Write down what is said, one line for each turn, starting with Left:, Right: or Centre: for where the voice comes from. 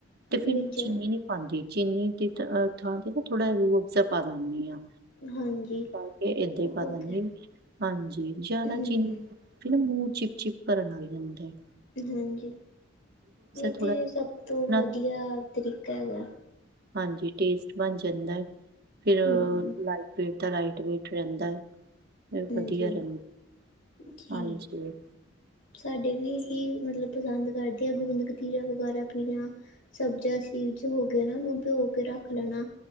Right: ਤੇ ਫਿਰ
Left: ਵਿੱਚ
Right: ਮੈਂ ਚੀਨੀ ਨੀ ਹਾਂਜੀ ਚੀਨੀ ਦੀ ਥਾਂ ਤੇ ਨਾ ਥੋੜ੍ਹਾ ਜ ਰੂਅਬਜ਼ਾ ਪਾ ਦਨੀ ਆ।
Left: ਹਾਂਜੀ।
Right: ਪਾਕੇ ਏਦਾਂ ਈ ਪਾ
Left: ਹੋ
Right: ਦਨੀ
Left: ਗਿਆ
Right: ਹਾਂਜੀ ਜਾਦਾ
Left: ਹੂੰ
Right: ਚੀਨੀ ਫੇ ਨਾ ਮੂੰਹ ਚਿਪ ਚਿਪ ਕਰਨ ਲਗ ਜਾਂਦੈ।
Left: ਹਾਂਜੀ ਏ
Right: ਥੋੜਾ
Left: ਤੇ ਸਭ ਤੋਂ
Right: ਨਾ
Left: ਵਧੀਆ ਤਰੀਕਾ ਹੈਗਾ।
Right: ਹਾਂਜੀ ਟੇਸਟ ਬਣ ਜਾਂਦੈ ਫਿਰ
Left: ਹੂੰ
Right: ਲਾਈਟ ਵੇਟ ਦਾ ਲਾਈ ਵੈਟ ਰੈਂਦੈ ਤੇ
Left: ਹਾਂਜੀ
Right: ਵਧੀਆ ਰੈਂ
Left: ਜੀ
Right: ਹਾਂਜੀ।
Left: ਸਾਡੇ ਵੀ ਏਹੀ ਮਤਲਬ ਪਸੰਦ ਕਰਦੇ ਆ ਗੁੰਦਕਤੀਰਾ ਵਗੈਰਾ ਪੀਣਾ। ਸਬਜ਼ਾ ਸੀਡਜ਼ ਹੋ ਗੇ ਓਨਾ ਨੂੰ ਭਿਓ ਕੇ ਰੱਖ ਲੈਣਾ।